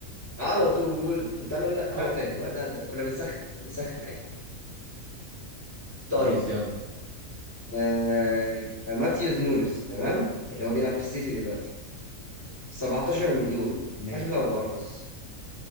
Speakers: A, on the left; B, on the right.
A: على طول طب تعالى لا تعالى
B: أو
A: تاني وقت ده ده- كنا بنسخن كنا بنسخن عادي
B: خلاص
A: طيب
B: يلا
A: آه... آه، ماتيوس نونس تمام اللي هو بيلعب في السيتي دلوقتي 17 مليون
B: ماشي
A: اغلى ولا ارخص